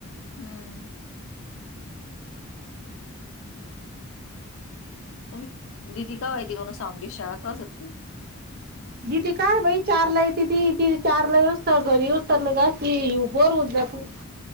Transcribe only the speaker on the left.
हम्म तुम्ही दिदी कवा येती कण कवा सावंगी चे शाळा कवा सुटते